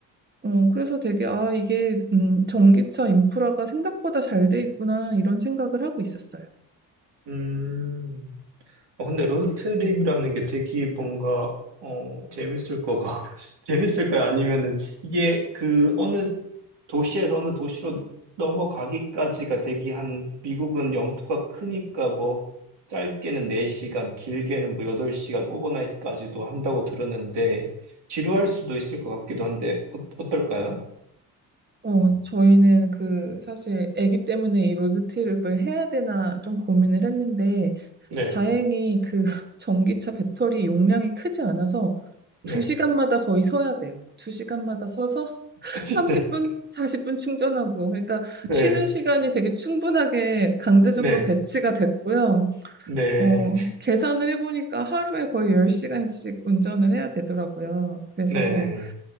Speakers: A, on the right; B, on the right.
A: 어 그래서 되게 아 이게 음 전기차 인프라가 생각보다 잘 돼 있구나 이런 생각을 하고 있었어요.
B: 음. 어, 근데 로드트립이라는 게 되게 뭔가, 어, 재밌을 것 같, <laughs> 재밌을까요? 아니면은 이게 그 어느 도시에서 어느 도시로 넘어가기까지가 되게 한, 미국은 영토가 크니까 뭐, 짧게는 4시간, 길게는 뭐 8시간, 오버나잇까지도 한다고 들었는데, 지루할 수도 있을 것 같기도 한데, 어, 어떨까요?
A: 어, 저희는 그 사실 아기 때문에 이 로드트립을 해야 되나 좀 고민을 했는데
B: 네,
A: 다행히 그 <laughs> 전기차 배터리 용량이 크지 않아서
B: 네,
A: 두시간마다 거의 서야 돼요. 두시간마다 서서
B: <laughs>
A: <laughs> 30분, 40분 충전하고 그러니까
B: 네,
A: 쉬는 시간이 되게 충분하게 강제적으로
B: 네,
A: 배치가 됐고요.
B: 네,
A: 어, 계산을 해보니까 하루에 거의 10시간씩 운전을 해야 되더라고요. 그래서
B: 네, 네, 네,